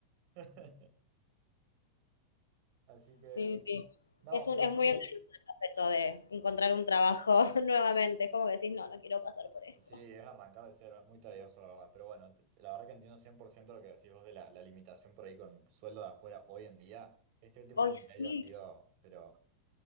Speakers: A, on the right; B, on the left.
A: <laughs> Así que,
B: Sí, sí.
A: no,
B: es, un,
A: pero
B: es
A: por
B: muy
A: ahí.
B: engorroso el proceso de encontrar un trabajo <laughs> nuevamente. Es como que decís, no, no quiero pasar por esto.
A: Sí, es arrancar de cero, es muy tedioso, la verdad. Pero bueno, te- la verdad que entiendo 100% lo que decís vos de la, la limitación por ahí con sueldo de afuera hoy en día. Este último
B: Ay,
A: año
B: sí.
A: y medio ha sido, pero